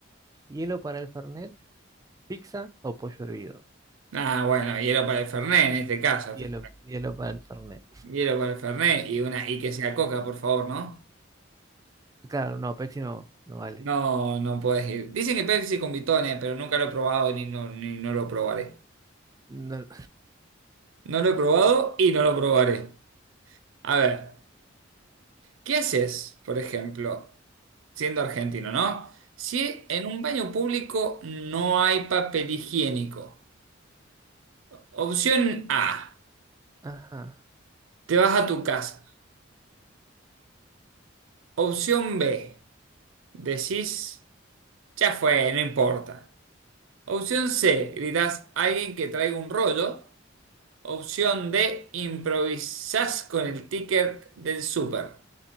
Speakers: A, on the right (about 20°); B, on the right (about 85°).
A: hielo para el Fernet, pizza o pollo hervido.
B: Ah, bueno, hielo para el fernet en este caso.
A: Hielo,
B: te-
A: hielo para el Fernet.
B: Hielo para el fernet y una y que sea coca, por favor, ¿no?
A: Claro, no, Pepsi no, no vale.
B: No, no puedes ir. Dicen que Pepsi con bitones, pero nunca lo he probado ni no, ni no lo probaré.
A: No,
B: No lo he probado y no lo probaré. A ver, ¿qué haces, por ejemplo, siendo argentino, ¿no? Si en un baño público no hay papel higiénico. Opción A,
A: <laughs> ajá.
B: te vas a tu casa. Opción B, decís, ya fue, no importa. Opción C, gritás a alguien que traiga un rollo. Opción D, improvisás con el ticket del súper.